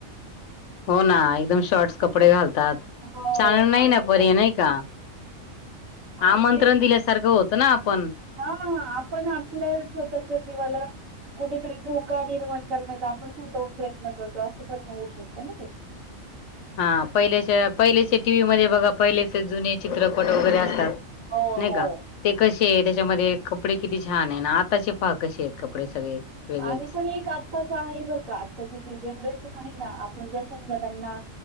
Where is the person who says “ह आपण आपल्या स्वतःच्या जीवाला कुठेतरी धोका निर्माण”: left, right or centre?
Right